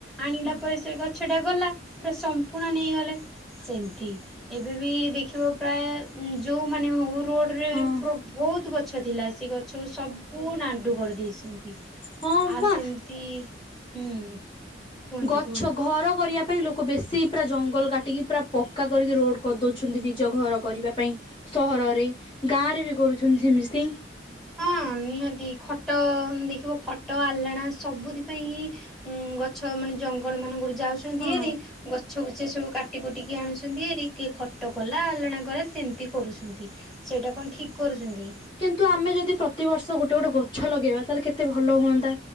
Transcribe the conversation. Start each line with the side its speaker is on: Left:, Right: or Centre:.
Centre: ଆଣିଲା
Left: ହଁ
Centre: ପରେ ସେ ଗଛଟା ଗଲା ପୁରା ସମ୍ପୂର୍ଣ୍ଣ ନେଇଗଲେ ସେମତି ଏବେବି ଦେଖିବ ପ୍ରାୟ ଯେଉମାନେ ହଉ ରୋଡ଼ରେ
Left: ହଁ
Centre: ବି ପ୍ର ବହୁତ ଗଛ ଥିଲା ସେ ଗଛକୁ ସବୁ ନାଣ୍ଡୁ କରିଦେଇଛନ୍ତି
Left: ହଁ
Centre: ଆର୍
Left: ବା
Centre: ସେମିତି ହୁଁ କୁହନ୍ତୁ
Left: ଗଛ
Centre: କୁହନ୍ତୁ
Left: ଘର କରିବା ପାଇଁ ଲୋକ ବେଶୀ ପୁରା ଜଙ୍ଗଲ କାଟିକି ପୁରା ପକ୍କା କରିକି ରୋଡ କରିଦଉଛନ୍ତି ନିଜ ଘର କରିବା ପାଇଁ ସହରରେ ଗାଁ ରେ ବି କରୁଛନ୍ତି ସେମିସ୍ତି
Centre: ହଁ ନିହାତି ଖଟ ଦେଖିବ ଖଟ ଆଲାଣା ସବୁଥିପାଇଁ ଉଁ ଗଛ ମାନେ ଜଙ୍ଗଲ ମାନଙ୍କରୁ ଯାଉଛନ୍ତି
Left: ହଁ।
Centre: ହେରି ଗଛ ଫୁଛ ସବୁ କାଟି କୁଟି କି ଆଣୁଛନ୍ତି ହେରି କିଏ ଖଟ କଲା ଆଲଣକଲା, ସେମତି କରୁଛନ୍ତି, ସେଇଟା କଣ ଠିକ କରୁଛନ୍ତି
Left: କିନ୍ତୁ ଆମେ ଯଦି ପ୍ରତିିବର୍ଷ ଗୋଟେ ଗୋଟେ ଗଛ ଲଗେଇବା ତାହେଲେ କେତେ ଭଲ ହୁଅନ୍ତା!